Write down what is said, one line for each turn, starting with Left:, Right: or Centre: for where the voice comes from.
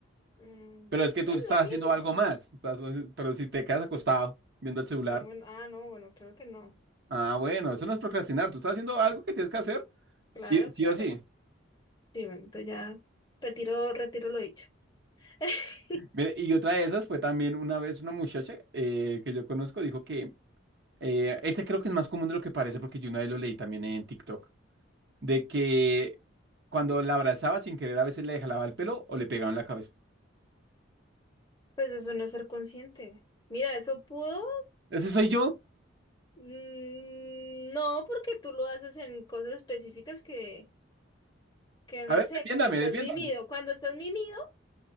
Left: Mm,
Right: Pero
Left: bueno,
Right: es que tú
Left: es
Right: estás
Left: lo mismo.
Right: haciendo algo más. estás pero si te quedas acostado viendo el celular,
Left: Ah, bueno, ah, no, bueno, creo que no.
Right: ah, bueno, eso no es procrastinar. Tú estás haciendo algo
Left: Ah,
Right: que tienes que hacer,
Left: Claro,
Right: sí, sí
Left: claro.
Right: o sí.
Left: Sí, bueno, entonces ya retiro, retiro lo dicho. <laughs>
Right: Mire, Y otra de esas fue también una vez una muchacha eh, que yo conozco dijo que eh, este creo que es más común de lo que parece porque yo una vez lo leí también en TikTok, de que cuando la abrazaba sin querer a veces le jalaba el pelo o le pegaba en la cabeza.
Left: Pues eso no es ser consciente. Mira, eso pudo.
Right: Ese soy yo.
Left: Mm, No, porque tú lo haces en cosas específicas que, que
Right: A
Left: no
Right: ver,
Left: sé,
Right: defiéndame,
Left: cuando estás
Right: defiéndame.
Left: mimido,
Right: O
Left: cuando estás mimido,